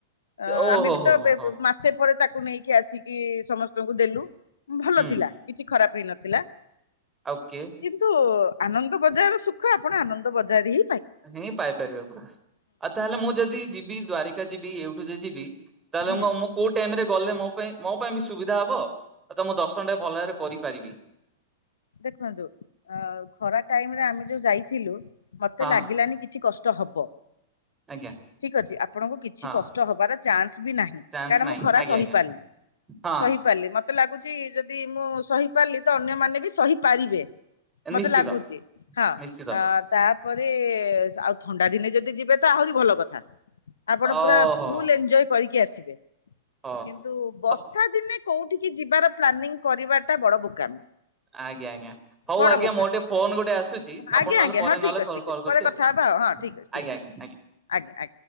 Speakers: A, on the left; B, on the right.
A: ଅଁ
B: ଓହୋ
A: ଆମେ ବି
B: ହୋ
A: ତ
B: ହୋ
A: ବେ
B: ହୋ
A: ବେ ମାସେ ପରେ ତାକୁ ନେଇକି ଆସିକି ସମସ୍ତଙ୍କୁ ଦେଲୁ। ଭଲ
B: ହୁଁ
A: ଥିଲା କିଛି ଖରାପ ହେଇ ନଥିଲା।
B: ଆଉ କିଏ
A: କିନ୍ତୁ ଆନନ୍ଦ ବଜାର ସୁଖ ଆପଣ ଆନନ୍ଦ ବଜାର ହି
B: ହିଁ ପାଇପାରିବା ପୁରା। ଆଉ ତାହେଲେ ମୁଁ ଯଦି ଯିବି ଦ୍ୱାରିକା ଯିବି ଏଇଠୁ ଯେ ଯିବି। ତାହେଲେ
A: ହୁଁ।
B: ମୁମଁ କୋଉ ଟାଇମ୍ ରେ ଗଲେ ମୋ ପାଇଁ ମୋ ପାଇଁ ବି ସୁବିଧା ହବ ତ ମୁଁ ଦର୍ଶନ ଟା ଭଲ ଭାବରେ କରିପାରିବି।
A: ଦେଖନ୍ତୁ ଅ ଖରା ଟାଇମ୍ ରେ ଆମେ ଯୋଉ ଯାଇଥିଲୁ। ମତେ
B: ହଁ
A: ଲାଗିଲାନି କିଛି କଷ୍ଟ ହବ।
B: ଆଜ୍ଞା
A: ଠିକ ଅଛି ଆପଣଙ୍କୁ କିଛି
B: ହଁ
A: କଷ୍ଟ ହବାର ଚାନ୍ସ ବି ନାହିଁ
B: ଚାନ୍ସ
A: କାରଣ
B: ନାହିଁ
A: ମୁଁ ଖରା
B: ଆଜ୍ଞା
A: ସହିପାରିଲି
B: ଆଜ୍ଞା ହଁ
A: ସହିପାରିଲି ମତେ ଲାଗୁଛି ଯଦି ମୁଁ ସହିପାରିଲି। ତ ଅନ୍ୟମାନେ ତ ସହିପାରିବେ। ମତେ
B: ନିଶ୍ଚିତ
A: ଲାଗୁଛି ହଁ
B: ନିଶ୍ଚିତ
A: ଅ ତାପରେ ରେ ଏ ଆଉ ଥଣ୍ଡା ଦିନେ ଯଦି ଯିବେ ଆହୁରି ଭଲ କଥା ଆପଣ
B: ଓହୋ
A: ପୁରା ଫୁଲ୍ ଏଞ୍ଜୟ କରିକି କିଏ ଆସିବେ।
B: ହୋ
A: କିନ୍ତୁ ବସ୍
B: ହ
A: ଖରା ଦିନେ କୋଉଠିକି ଯିବାର ପ୍ଲାନିଂ କରିବାଟା ବଡ଼ ବୋକାମି।
B: ଆଜ୍ଞା ଆଜ୍ଞା ହଉ
A: ବଡ
B: ଆଜ୍ଞା
A: ବୋକାମି।
B: ମୋର ଟିକେ ଫୋନ ଗୋଟେ ଆସୁଛି
A: ଆଜ୍ଞା
B: ଆପଣ ନହେଲେ
A: ଆଜ୍ଞା
B: ପରେ
A: ହଁ
B: ନହେଲେ
A: ଠିକ୍ ଅଛି
B: କଲ
A: ଠିକ୍
B: କରୁଛି
A: ଅଛି ପରେ କଥା ହବା ଆଉ ହଁ ଠିକ୍ ଅଛି ଠିକ୍
B: ଆଜ୍ଞା।
A: ଅଛି ଆଜ୍ଞା ଆଜ୍ଞା।